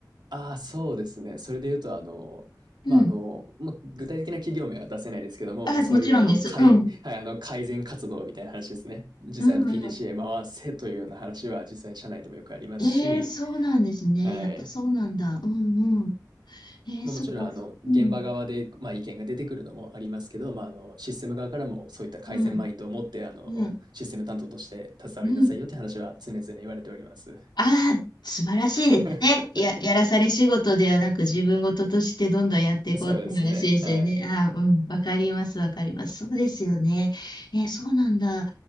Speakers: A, on the right (about 70°); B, on the left (about 75°).
A: ああ、そうですね。それで言うと、あの、
B: うん。
A: まあ、あの、まあ、具体的な企業名は出せないですけども、
B: あ、
A: まあ、そういうあの、
B: もちろんです。
A: かいはい、
B: うん。
A: あの、改善活動みたいな話ですね。実際あの
B: うんうん。
A: PDCA へ回せというような話は実際社内でもよくありますし、
B: えー、そうなんですね。
A: はい。
B: やっぱそうなんだ。うんうん。えー、
A: まあ、
B: そっか。
A: もちろんあの、現場側で、
B: うん。
A: まあ、意見が出てくるのもありますけど、まあ、あの、システム側からもそういった改善マインドを持って、
B: うん。
A: あの、
B: うん。
A: システム担当として携わりなさいよって話は常々言われております。
B: うん。ああ、素晴らしいですね。
A: <laughs>
B: や、やらされ仕事ではなく自分事としてどんどんやっていこうって話ですよね。
A: そうですね、はい。
B: ああ、うん、わかります、わかります。そうですよね。えそうなんだ。